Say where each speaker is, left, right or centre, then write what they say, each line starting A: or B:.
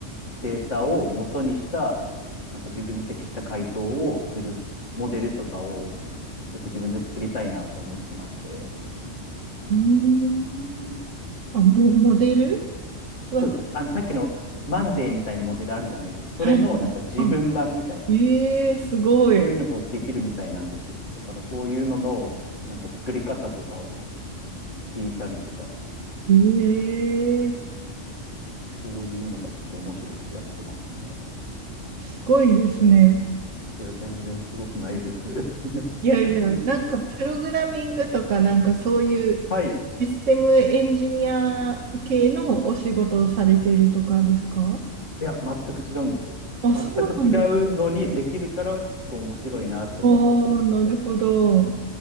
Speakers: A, on the left (about 70°); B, on the right (about 75°).
A: データを元にした、なんか自分に適した回答をするモデルとかを、ちょっと自分で作りたいなと思ってまして。
B: うーんあ、も、モデルは、
A: そうです。あの、さっきのマンデーみたいなモデルあるじゃないですか。
B: はい。
A: それのなんか自分版みたいな。
B: あ、ええすごい。
A: そういうのもできるみたいなんですよ。だからそういうのの、なんか作り方とかを聞いたりとか、
B: ええ
A: そういうのがちょっと面白くてやってますね。
B: すごいですね。
A: いや、全然すごくないです。
B: いやいや、
A: <laughs>
B: なんかプログラミングとか、なんかそういう
A: はい。い
B: システムエンジニア系のお仕事をされているとかですか
A: や、全く違うんですよ。
B: あ、
A: 全く違うのにできるから、
B: そうなんです。
A: ちょっと面白いなって思ってるんですよ。
B: おー、なるほど。